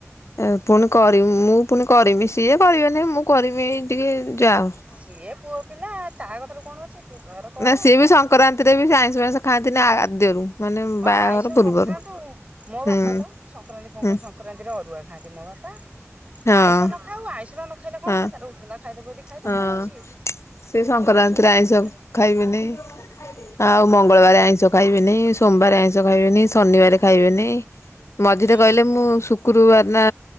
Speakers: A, on the left (about 65°); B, on the right (about 25°).
A: ଏ ପୁଣି କରିି ମୁଁ ପୁଣି କରମି ସିଏ କରିବେନି ମୁଁ କରିବି ଟିକେ ଯାଅ
B: ସିଏ ପୁଅ ପିଲା ତା କଥାରେ କଣ ଅଛି ତୁ ତର କର
A: ନା ସିଏ ବି ସଂକ୍ରାନ୍ତିରେ ବି ଆଇଁଷ ଫାଇଁଷ ଖାଆନ୍ତିନି ଆଦ୍ୟରୁ ମାନେ
B: ହଁ
A: ବାହାଘର
B: ଆଇଷ
A: ପୂର୍ବରୁ।
B: ନ ଖାଆନ୍ତୁ ମୋ
A: ହୁଁ
B: ବା ପା ତ ସଂକ୍ରାନ୍ତି
A: ହୁଁ
B: ସଂକ୍ରାନ୍ତିରେ ଅରୁଆ ଖାଆନ୍ତି ମୋ ବାପା
A: ହଁ
B: ଆଇଁଷ ନ ଖାଉ ଆଇଁଷ ଖାଇଲା କଣ
A: ହଁ
B: ହେଲା ତାର ଉଷୁନା ଖାଇଦବୁ ଯଦି ଖାଇଦବୁ
A: ହଁ
B: କଣ ହଉଛି କି
A: ସେ ସଂକ୍ରାନ୍ତିରେ
B: ଆଇଁଷ ଟା ସବୁଥିରେ
A: ଆଇଁଷ ଖାଇବେନି ଆଉ ମଙ୍ଗଳବାର ଆଇଁଷ ଖାଇବେନି ସୋମବାର ଆଇଁଷ ଖାଇବେନି ଶନିବାର ଖାଇବେନି ମଝିରେ
B: ହୁଁ
A: କହିଲେ ମୁଁ ଶୁକ୍ରବାର ନା